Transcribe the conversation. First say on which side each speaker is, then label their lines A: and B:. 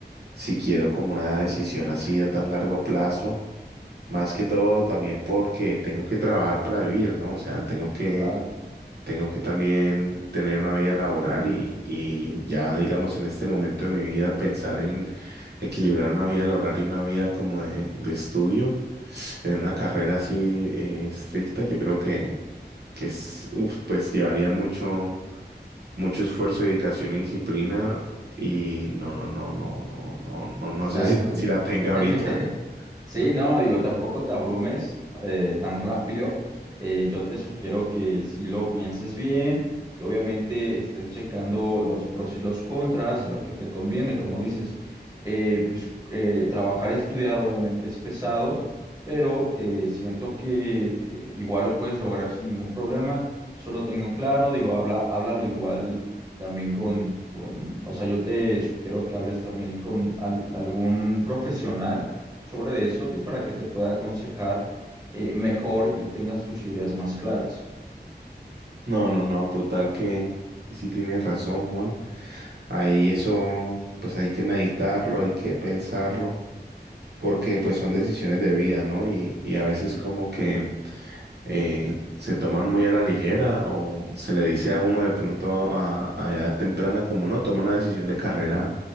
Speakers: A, on the right (about 70°); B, on the right (about 20°).
A: si quiero como una decisión así a tan largo plazo más que todo también porque tengo que trabajar para vivir, ¿no? O sea, tengo que,
B: Exacto.
A: tengo que también tener una vida laboral y, y ya, digamos, en este momento de mi vida pensar en equilibrar una vida laboral y una vida como de, de estudio, en una carrera así eh, estricta, yo creo que, que es, uf, pues llevaría mucho, mucho esfuerzo, dedicación y disciplina y no, no, no, no, no, no, no,
B: Exacto.
A: no sé <laughs> si, si la tenga
B: <laughs>
A: ahorita.
B: Sí,
A: <laughs>
B: no, digo, tampoco te abrumes eh, tan rápido. Eh, yo te sugiero que si lo pienses bien, que obviamente estés checando los pros y los contras de lo que te conviene, como dices, eh, pues eh, trabajar y estudiar obviamente es pesado, pero eh, siento que eh, igual lo puedes lograr sin ningún problema. Solo tengo claro, digo, habla, háblalo igual también con, con, o sea, yo te sugiero que hables también con al- algún profesional sobre de eso, pues para que te pueda aconsejar eh, mejor y tengas tus ideas más claras.
A: No, no, no, total que sí tienes razón, Juan. Ahí eso, pues hay que meditarlo, hay que pensarlo, porque pues son decisiones de vida, ¿no? Y, y a veces como que eh, se toman muy a la ligera o se le dice a uno de pronto a, a edad temprana como no, toma una decisión de carrera